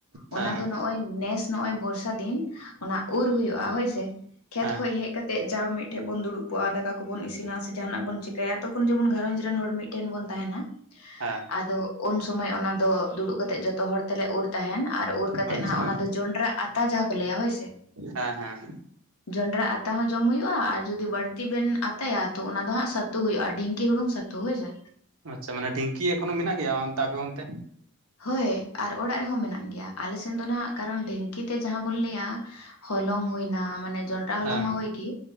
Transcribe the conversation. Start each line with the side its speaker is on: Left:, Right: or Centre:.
Left: ᱚᱱᱟ
Right: ᱦᱮᱸ
Left: ᱫᱚ ᱱᱚᱜᱼᱚᱭ ᱱᱮᱥ ᱱᱚᱜᱼᱚᱭ ᱵᱚᱨᱥᱟ ᱫᱤᱱ ᱚᱱᱟ ᱩᱨ ᱦᱩᱭᱩᱜᱼᱟ ᱦᱮᱸ ᱥᱮ ᱠᱷᱮᱛ
Right: ᱦᱮᱸ
Left: ᱠᱷᱚᱭ ᱦᱮᱡ ᱠᱟᱛᱮ ᱪᱮᱫ ᱡᱟ ᱢᱤᱫ ᱴᱷᱮᱱ ᱵᱚᱱ ᱫᱩᱲᱩᱵ ᱠᱚᱜᱼᱟ, ᱫᱟᱠᱟ ᱠᱚᱵᱚᱱ ᱤᱥᱤᱱᱟ ᱥᱮ ᱡᱟᱦᱟᱱᱟᱜ ᱵᱚᱱ ᱪᱤᱠᱟᱹᱭᱟ ᱛᱚ ᱩᱱ ᱡᱮᱢᱚᱱ ᱜᱷᱟᱨᱚᱸᱧᱡᱽ ᱨᱮᱱ ᱦᱚᱲ ᱢᱤᱫ ᱴᱷᱮᱱ ᱵᱚᱱ ᱛᱟᱦᱮᱱᱟ
Right: ᱦᱮᱸ
Left: ᱟᱫᱚ ᱩᱱ ᱥᱚᱢᱟᱹᱭ ᱚᱱᱟ ᱫᱚ ᱫᱩᱲᱩᱵ ᱠᱟᱛᱮᱜ ᱡᱚᱛᱚ ᱦᱚᱲ ᱛᱮᱞᱮ ᱩᱨ ᱛᱟᱦᱮᱱ ᱟᱨ ᱩᱨ ᱠᱟᱛᱮᱫ
Right: ᱟᱪᱪᱷᱟ
Left: ᱱᱟᱦᱟᱜ ᱚᱱᱟ ᱫᱚ ᱡᱚᱸᱰᱨᱟ ᱟᱛᱟ ᱡᱟᱦᱟᱸ ᱠᱚ ᱞᱟᱹᱭᱟ ᱦᱳᱭ ᱥᱮ
Right: ᱦᱮᱸ ᱦᱮᱸ
Left: ᱡᱚᱸᱰᱨᱟ ᱟᱛᱟ ᱦᱚᱸ ᱡᱚᱢ ᱦᱩᱭᱩᱜᱼᱟ ᱟᱨ ᱡᱩᱫᱤ ᱵᱟᱹᱲᱛᱤ ᱵᱮᱱ ᱟᱛᱟᱭᱟ ᱛᱚ ᱚᱱᱟ ᱫᱚ ᱦᱟᱸᱜ ᱥᱟᱹᱛᱩ ᱦᱩᱭᱩᱜᱼᱟ᱾ᱰᱷᱤᱝᱠᱤ ᱦᱩᱲᱩᱝ ᱪᱷᱟ ᱛᱩ ᱦᱚᱭ ᱥᱮ
Right: ᱟᱪᱪᱷᱟ᱾ ᱢᱟᱱᱮ ᱰᱷᱤᱝᱠᱤ ᱮᱠᱷᱚᱱᱳ ᱢᱮᱱᱟᱜ ᱜᱮᱭᱟ ᱚᱱᱛᱮ ᱟᱯᱮ ᱚᱱᱛᱮ
Left: ᱦᱳᱭ ᱟᱨ ᱚᱲᱟᱜ ᱨᱮᱦᱚᱸ ᱢᱮᱱᱟᱜ ᱜᱮᱭᱟ᱾ ᱟᱞᱮ ᱥᱮᱱ ᱫᱚ ᱱᱟᱦᱟᱜ ᱠᱟᱨᱚᱱ ᱰᱷᱤᱝᱠᱤᱛᱮ ᱡᱟᱦᱟᱸ ᱵᱚᱱ ᱞᱟᱹᱭᱟ ᱦᱚᱞᱚᱝ ᱦᱩᱭᱱᱟ ᱢᱟᱱᱮ ᱡᱚᱱ ᱴᱟ ᱦᱚᱞᱚᱝ
Right: ᱦᱮᱸ
Left: ᱢᱟ ᱦᱩᱭ ᱜᱮ